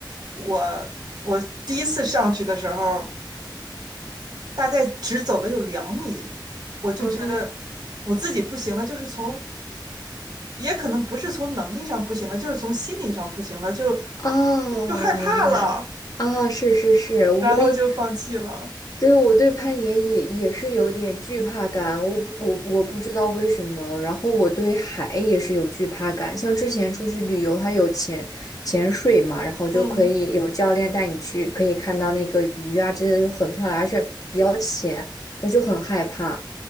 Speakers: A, on the right; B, on the left.
A: 我我第一次上去的时候，大概只走了有两米，我就觉得我自己不行了，
B: 嗯哼，
A: 就是从，也可能不是从能力上不行了，就是从心理上不行了，就
B: 哦，
A: 就害怕了。
B: 明白。啊，是是是，我也
A: 然后就放弃了。
B: 对，我对攀岩也也是有点惧怕感，我不我我不知道为什么。然后我对海也是有惧怕感，像之前出去旅游，它有潜潜水嘛，然后就可以有教练带你去，
A: 嗯
B: 可以看到那个鱼啊之类的，就很漂亮，而且比较浅，我就很害怕，